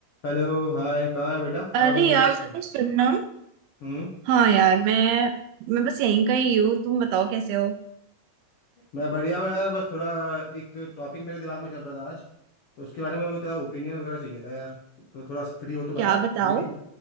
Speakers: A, on the left; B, on the right.
A: Hello hi कहाँ है बेटा
B: अरे
A: कहाँ घूम रही
B: यार
A: है आजकल
B: जरा सुनना
A: हम्म
B: हाँ यार मैं मैं बस यहीं का ही हूँ तुम बताओ कैसे हो
A: मैं बढ़िया हूँ यार बस थोड़ा एक टॉपिक मेरे दिमाग में चल रहा था आज तो उसके बारे में मेरे को तेरा ओपिनियन वगैरह चाहिए था यार तो थोड़ा फ्री हो तो बता
B: क्या बताओ
A: देगी